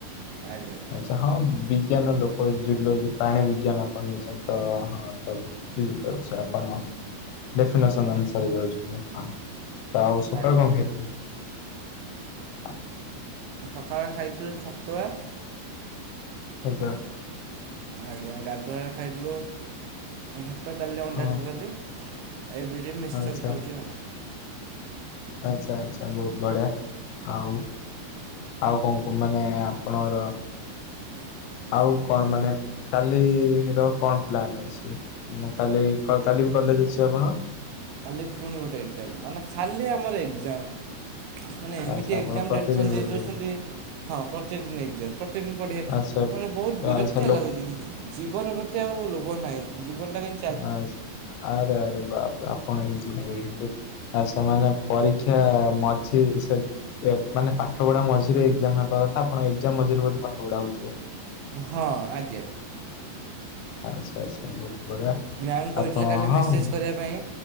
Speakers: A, on the right; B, on the left.
A: ଆଜ୍ଞା
B: ଆଚ୍ଛା ହଁ ବିଜ୍ଞାନ ଲୋକ ଜୁଲୋଜି ପ୍ରାଣୀ ବିଜ୍ଞାନ ଆପଣ ନେଇଛନ୍ତି ତ ହ ବୁଝି ପାରୁଛି ଆପଣ ଡେଫିନେସ ସନ ଅନୁସାରେ ଯାଉଛନ୍ତି ତ ଆଉ ସକାଳୁ
A: ଆଜ୍ଞା
B: କଣ ଖାଇଥିଲେ? <inaudible>
A: ସକାଳେ ଖାଇଥିଲି ଛତୁଆ।
B: ଆଚ୍ଛା।
A: ଆଜ୍ଞା ଗାଧୁଆବେଳେ ଖାଇଥିଲୁ ଭାତ ଡାଲି ଅଣ୍ଡା
B: ହଁ
A: ତରକାରୀ। ଏବେ ଟିକେ ମିକ୍ସଚର୍
B: ଆଚ୍ଛା
A: ଖାଉଛି ଆଉ।
B: ଆଚ୍ଛା ଆଚ୍ଛା ବହୁତ ବଢିଆ ଆଉ। ଆଉ କଣ କ ମାନେ ଆପଣଙ୍କ
A: <inaudible>
B: ଆଉ କଣ ମାନେ କାଲିର କଣ ପ୍ଲାନ ଅଛି ମାନେ କାଲି କ-କାଲି ବି କ ଜ ଅଛି ଆପଣ।
A: କାଲି ଫୁଣି ଗୋଟେ ଏକ୍ଜାମ ମାନେ ଖାଲି ଆମର ଏକ୍ଜାମ। ମାନେ ଏମିତି
B: ଆଚ୍ଛା ଆପଣ
A: ଏକ୍ଜାମ
B: ପ୍ରତିଦିନ
A: ଟେନସନ୍ ଦେଇ
B: ବୋଧେ
A: ଦେଉଛନ୍ତି ହଁ ପ୍ରତିଦିନ ଏକ୍ଜାମ ପ ପ୍ରତିଦିନ ପଢ଼ି
B: ଆଚ୍ଛା
A: ମାନେ ବହୁତ ବିରକ୍ତିଆ
B: ଆଚ୍ଛା ଲୋ
A: ଲାଗୁଛି ଜୀବନ ପ୍ରତି ଆଉ ଲୋଭ ନାହିଁ ଜୀବନଟା କାହିଁ
B: ଆ ଆରେ ଆରେ ବାପ ଆପଣ ଏମିତି ଙ୍କ କହୁଛନ୍ତି। ଆ ସେମାନେ ପରୀକ୍ଷା ମଝିରେ ସେ ଏ ମାନେ ପାଠ ପଢା ମଝିରେ ଏକ୍ଜାମ ହେବା ଆପଣ ଏକ୍ଜାମ ମଝିରେ ବଧେ ପାଠ ପଢା ହଉଥିବ।
A: ହଁ ଆଜ୍ଞା।
B: ଆଚ୍ଛା ଆଚ୍ଛା ବହୁତ ବଢିଆ
A: ମ୍ୟାମ୍ କହିଥିଲେ
B: ଆପଣ
A: କାଲି
B: ହଁ
A: ମେସେଜ୍
B: ମ-
A: କରିବା ପାଇଁ